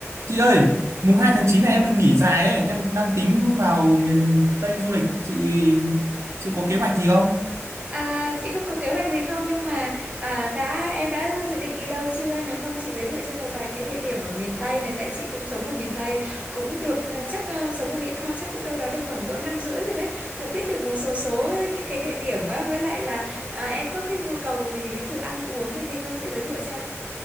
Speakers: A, on the right; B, on the right.
A: Chị ơi, mùng 2 tháng 9 này em được nghỉ dài ấy, em đang tính vào miền Tây du lịch. Chị chị có kế hoạch gì không?
B: À, chị không có kế hoạch gì không nhưng mà à, đã em đã dự định đi đâu chưa nếu không chị giới thiệu cho một vài cái địa điểm ở miền Tây này tại chị cũng sống ở miền Tây cũng được à, chắc à, sống ở Mỹ Tho chắc cũng đâu đó được khoảng cỡ năm rưỡi rồi đấy cũng biết được một số số những cái địa điểm á với lại là à, em có cái nhu cầu gì ví dụ ăn uống hay gì không chị giới thiệu cho